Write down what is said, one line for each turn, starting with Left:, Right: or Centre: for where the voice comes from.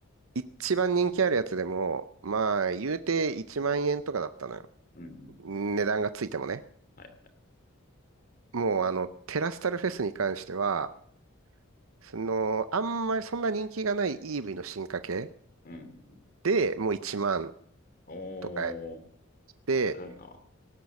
Right: 一番人気あるやつでも、まあ、言うて1万円とかだったのよ。
Left: うん。
Right: 値段がついてもね。
Left: はい。
Right: もう、あの、テラスタルフェスに関しては、その、あんまりそんな人気がない EV の進化系
Left: うん。
Right: でもう1万
Left: おー、
Right: とかで、
Left: 高いな。